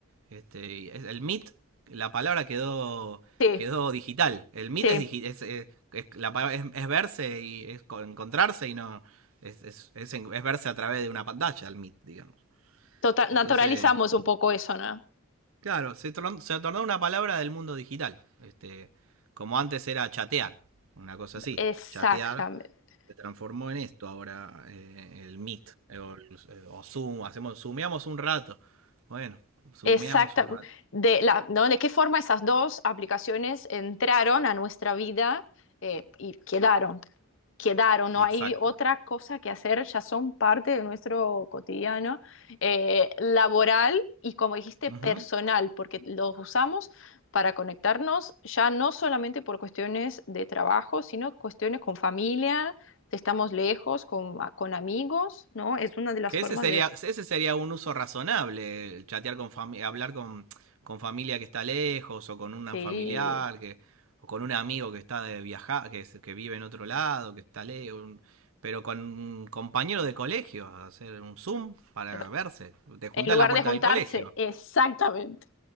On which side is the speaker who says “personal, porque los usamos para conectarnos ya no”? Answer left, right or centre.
Left